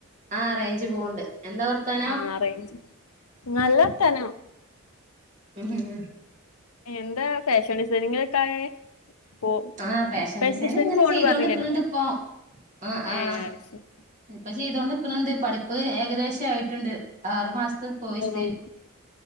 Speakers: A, on the right; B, on the left.
A: ആഹ് റേഞ്ച് പോവ്ണ്ട് എന്താ വർത്താനം
B: ആഹ് അറേഞ്ച് നല്ലർത്താനം
A: ഉ ഉ ഉ
B: എന്താ ഫാഷൻ ഡിസൈനിങ്ങിലൊക്കെ ആയി ഓ,
A: ആഹ്
B: ഫാഷൻ
A: ഡിസൈനിങ്
B: ഡിസൈനിങ്ങിൻ
A: ഇങ്ങനെ
B: പോണ
A: ചെയ്തോണ്ട്ക്ക്ണ്
B: പറഞ്ഞില്ലേനോ
A: ണ്ട് ഇപ്പൊ ആഹ് ആഹ്
B: ഏഹ് അയ് ശരി
A: ഇപ്പൊ ചെയ്തോണ്ടിക്ക്ണ്ട്, പഠിപ്പ് ഏകദേശം ആയിട്ടുണ്ട് ആറു മാസത്തെ കോയിസ്
B: ഉം
A: എയിനു